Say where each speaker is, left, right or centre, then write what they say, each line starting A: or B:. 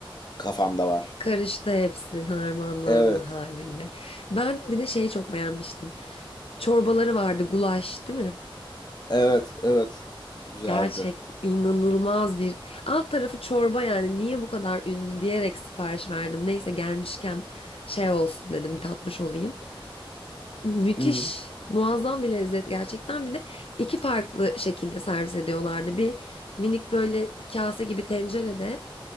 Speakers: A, on the left (about 45°); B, on the left (about 85°).
A: kafamda var.
B: Karıştı hepsi harmanlandı
A: Evet.
B: haliyle. Ben bir de şeyi çok beğenmiştim. Çorbaları vardı gulaş değil mi?
A: Evet, evet. Güzeldi.
B: Gerçek inanılmaz bir alt tarafı çorba yani niye bu kadar ünlü diyerek sipariş verdim. Neyse gelmişken şey olsun dedim tatmış olayım. Müthiş,
A: Hı hı.
B: muazzam bir lezzet gerçekten. Bir de iki farklı şekilde servis ediyorlardı. Bir minik böyle kase gibi tencerede,